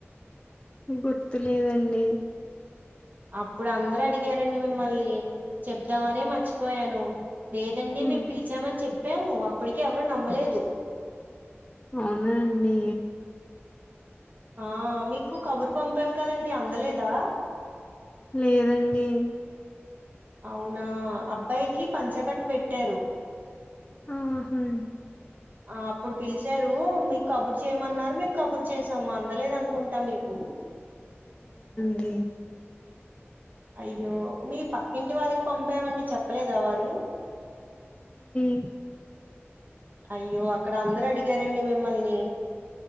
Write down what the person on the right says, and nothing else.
అప్పుడు అందరు అడిగారండి మిమ్మల్ని చెప్దామని మర్చిపోయాను లేదండి
మేము పిలిచామని చెప్పాము అప్పటికి ఎవరు నమ్మలేదు
ఆ మీకు కబురు పంపాం కదండి అందలేదా
అవునా అబ్బాయికి పంచగట్టు పెట్టారు
ఆ అప్పుడు పిలిచారు మీకు కబుర్ చేయమన్నారు మేము కబురు చేసాము అందలేదన్ కుంటా మీకు
అయ్యో మీ పక్కింటి వాళ్ళకి పంపమండి చెప్పలేదా వారు
అయ్యో అక్కడ అందరు అడిగారండి మిమ్మల్ని